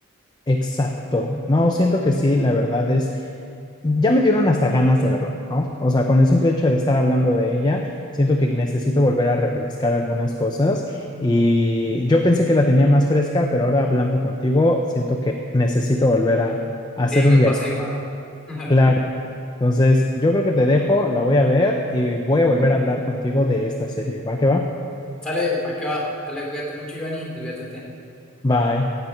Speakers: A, on the left (about 20°); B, in the centre.
A: exacto. No, siento que sí, la verdad es ya me dieron hasta ganas de verlo, ¿no? O sea, con el simple hecho de estar hablando de ella, siento que necesito volver a refrescar algunas cosas y yo pensé que la tenía más fresca, pero ahora hablando contigo, siento que necesito volver a, a hacer
B: Sí,
A: un
B: me
A: día
B: pasa igual. <laughs>
A: claro. Entonces, yo creo que te dejo, la voy a ver y voy a volver a hablar contigo de esta serie. ¿Va que va?
B: Sale, ¿para qué va? Sale, cuídate mucho, Giovanni diviértete.
A: Bye.